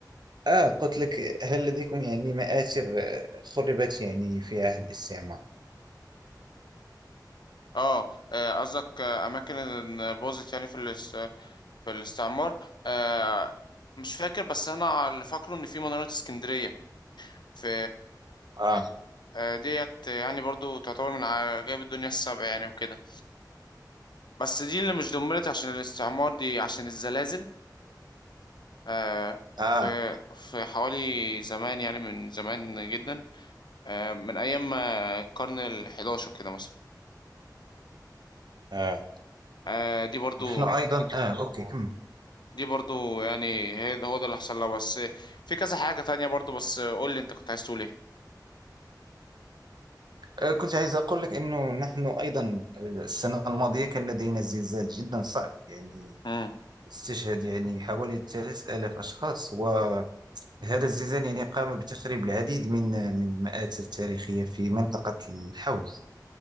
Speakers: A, on the right; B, on the left.
A: آه قلت لك هل لديكم يعني مآثر آه، خربت يعني في عهد الاستعمار
B: اه آه، قصدك آه، اماكن إن باظت يعني في الاس... في الاستعمار آه مش فاكر بس انا اللي فاكره ان في منارة اسكندرية في
A: آه
B: آه ديت يعني برضو تعتبر من عجائب الدنيا السبع يعني وكده بس دي اللي مش دمرت عشان الاستعمار دي عشان الزلازل آه
A: آه
B: في في حوالي زمان يعني من زمان جدا آه من ايام ما القرن ال11 كده مثلا
A: آه
B: آه دي برضو
A: نحن أيضا آه أوكي كم
B: دي برضو يعني هي ده هو ده اللي حصل لها بس في كذا حاجة تانية برضو بس قول لي انت كنت عايز تقول ايه
A: آه كنت عايز أقول لك أنه نحن أيضا آه، السنة الماضية كان لدينا زلزال جدا صعب يعني
B: امم
A: استشهد يعني حوالي 3000 أشخاص وهذا الزلزال يعني قام بتخريب العديد من من المآثر التاريخية في منطقة الحوز